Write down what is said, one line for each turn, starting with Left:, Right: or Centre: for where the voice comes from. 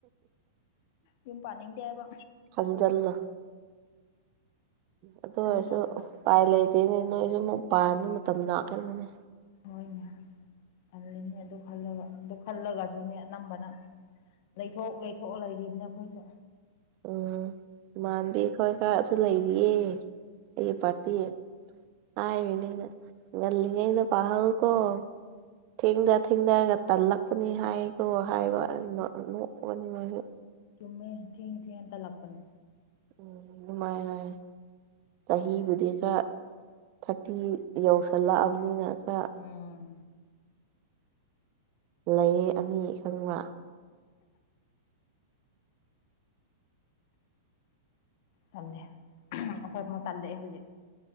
Left: ꯌꯨꯝ ꯄꯅꯤꯗꯦꯕ
Right: ꯍꯟꯖꯜꯂꫭ ꯑꯗꯨ
Left: ꯈꯟ
Right: ꯑꯣꯏꯔꯁꯨ
Left: ꯈꯜꯂꯒ
Right: ꯎꯄꯥꯏ ꯂꯩꯇꯦꯅꯦ ꯅꯣꯏꯁꯨ ꯑꯃꯨꯛ ꯄꯥꯟꯕ ꯃꯇꯝ ꯂꯥꯛꯀꯅꯤꯅꯦ
Left: ꯍꯣꯏꯅꯦ ꯇꯜꯂꯤꯅꯦ ꯑꯗꯨ ꯈꯜꯂꯒ ꯑꯗꯨ ꯈꯜꯂꯒꯁꯨꯅꯦ ꯑꯅꯝꯕꯅ ꯂꯩꯊꯣꯛ ꯂꯩꯊꯣꯛꯑ ꯂꯩꯔꯤꯕꯅꯦ ꯑꯩꯈꯣꯏꯁꯦ
Right: ꯎꯝ ꯏꯃꯥꯟꯅꯕꯤ ꯈꫭꯏ ꯈꯔꯁꯨ ꯂꯩꯔꯤꯌꯦ ꯑꯩꯒꯤ ꯄꯥꯔꯇꯤ <unintelligible> ꯄꯥꯍꯧꯀꯣ ꯊꯦꯡꯗ ꯊꯦꯡꯗꯔꯒ ꯇꯜꯂꯛꯄꯅꯤ ꯍꯥꯏꯀꯣ ꯍꯥꯏꯕ <unintelligible>
Left: ꯆꯨꯝꯃꯦ ꯊꯦꯡ ꯊꯦꯡ ꯇꯜꯂꯛꯄꯅꯦ
Right: ꯎꯝ ꯗꯨꯃꯥꯏ ꯆꯍꯤꯕꯨꯗꯤ ꯈꯔ ꯊꯥꯔꯇꯤ ꯌꯧꯁꯜꯂꯛꯑꯕꯅꯤꯅ ꯈꯔ
Left: ꯎꯝ
Right: ꯂꯩ ꯑꯅꯤ ꯈꯪꯕ
Left: ꯇꯜꯂꯦ ꯑꯩꯈꯣꯏ ꯐꯥꯎ ꯇꯜꯂꯛꯑꯦ ꯍꯧꯖꯤꯛ